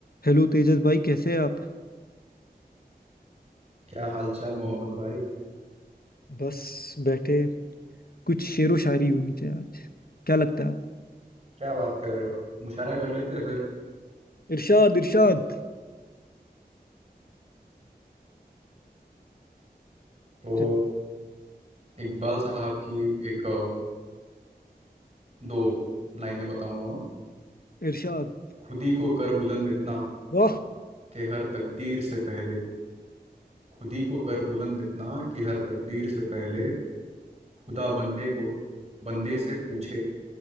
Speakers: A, on the left; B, on the right.
A: Hello Tejas भाई कैसे हैं आप
B: क्या हालचाल मोहम्मद भाई
A: बस बैठे कुछ शेरो शायरी होनी चाहिए आज क्या लगता है आपको
B: क्या बात कर रहे हो मुशायरा कर लेते हैं फिर
A: इरशाद इरशाद
B: तो
A: च-
B: इकबाल साहब की एक अ, दो लाइनें बताऊंगा मैं
A: इरशाद
B: खुद ही को कर बुलंद इतना
A: वाह
B: कि हर तकदीर से पहले खुद ही को कर बुलंद इतना कि हर तकदीर से पहले खुदा बंदे को बंदे से पूछे